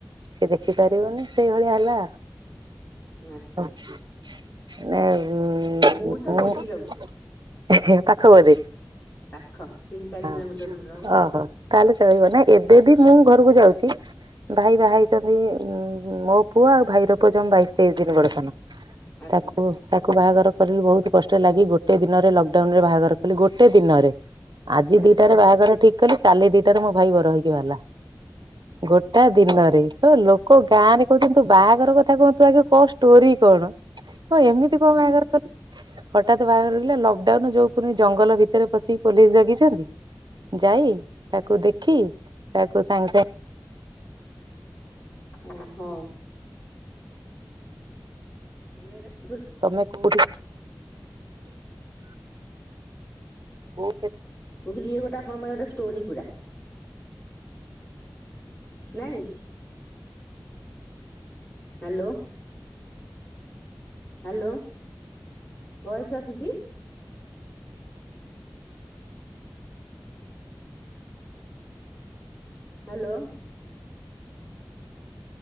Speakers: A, on the right; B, on the left.
A: ସିଏ ଦେଖିପାରିବନି ସେଇଭଳିଆ ହେଲା।
B: ଆଚ୍ଛା
A: <inaudible>
B: ଆଚ୍ଛା। ମୁଁ ତ ଡେଲି ଯାଉଛି
A: ଏ ହେ ପାଖ ବୋଧେ?
B: ପାଖ ତିନି ଚାରି
A: ଓହୋ
B: କିଲୋମିଟର ଦୂର ହବ ଆଉ
A: ତାହାଲେ ଚଳିବ ନା ଏବେ ବି
B: ହୁଁ
A: ମୁଁ ଘରୁକୁ ଯାଉଚି। ଭାଇ ବାହା ହେଇଚନ୍ତି ଉଁ-ଉଁ ମୋ ପୁଅ ଆଉ ଭାଇର ପୁଅ ଜମା ବାଇଶି ତେଇସି ଦିନି ବଡ ସାନ।
B: ଆଚ୍ଛା
A: ତାକୁ ତାକୁ ବାହାଘର କରିଲୁ ବହୁତ୍ କଷ୍ଟରେ ଲାଗି ଗୋଟେ ଦିନରେ ଲକଡାଉନରେ ବାହାଘର କଲି ଗୋଟେ ଦିନରେ। ଆଜି ଦିଟାରେ
B: ଆଚ୍ଛା।
A: ବାହାଘର ଠିକ୍ କଲି କାଲି ଦିଟାରେ ମୋ ଭାଇ ବର ହେଇକି ବାହାରିଲା, ଗୋ ଟା ଦିନରେ <unintelligible> ଲୋକ ଗାଁରେ କହୁଛନ୍ତି ତୋ ବାହାଘର କଥା କଁ ତୁ ଆଗେ କହ ଷ୍ଟୋରି କଣ। <unintelligible> ଏମିତି
B: ଓ
A: କଁ ବାହାଘର କଲ? ହଟାତ୍ ବାହାଘର <unintelligible> ଲକଡାଉନ୍ ଯୋଉ ପୁଣି ଜଙ୍ଗଲ ଭିତରେ ପଶିକି ପୋଲିସ ଜଗିଛନ୍ତି। ଯାଇ ତାକୁ ଦେଖି ତାକୁ ସଙ୍ଗେ-ସାଙ୍ଗେ
B: ଉଁ-ହଁ। <unintelligible>
A: ତମେ କୋଉଠି? <unintelligible>
B: ମୁଁ କହିଲି ଇଏ ଗୋଟା ଆପଣଙ୍କ ପାଇଁ ଗୋଟେ ଷ୍ଟୋରି ପୁରା। ନାଇଁ। ହାଲୋ। ହାଲୋ, ବୟସ୍ ଆସୁଚି? ହାଲୋ।